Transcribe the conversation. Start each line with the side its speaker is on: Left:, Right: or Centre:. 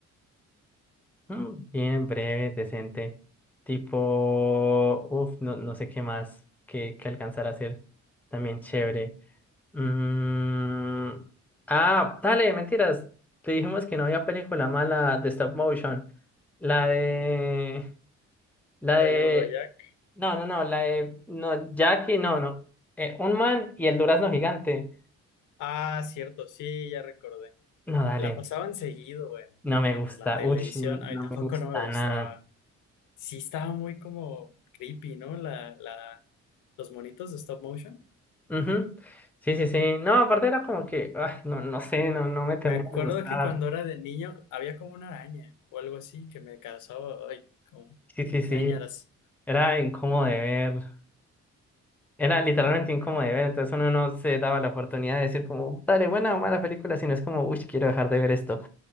Centre: Mm, bien breve, decente. Tipo. Uf, no, no sé qué más que, que alcanzar a hacer. También chévere. Mm, Ah, dale, mentiras. Te dijimos que no había película mala de stop motion. La de. La
Left: Extraño
Centre: de.
Left: Mundo de Jack.
Centre: No, no, no, la de, no, Jackie, no, no. Eh, un man y el durazno gigante.
Left: Ah, cierto, sí, ya recordé.
Centre: No, dale,
Left: La pasaban seguido en,
Centre: no me
Left: en
Centre: gusta.
Left: la televisión,
Centre: Uy,
Left: a
Centre: no
Left: mí tampoco
Centre: me gusta
Left: no me gustaba.
Centre: nada.
Left: Sí estaba muy como creepy, ¿no? La, la, los monitos de stop motion.
Centre: Ujú. Sí, sí, sí. No, aparte era como que, ah, no, no sé, no, no me termina
Left: Me acuerdo
Centre: de gustar.
Left: que cuando era de niño había como una araña o algo así que me causaba, ay, como
Centre: Sí, sí, sí.
Left: ñáñaras.
Centre: Era incómodo de ver. Era literalmente incómodo de ver. Entonces uno no se daba la oportunidad de decir como, dale, buena o mala película, sino es como, uy, quiero dejar de ver esto.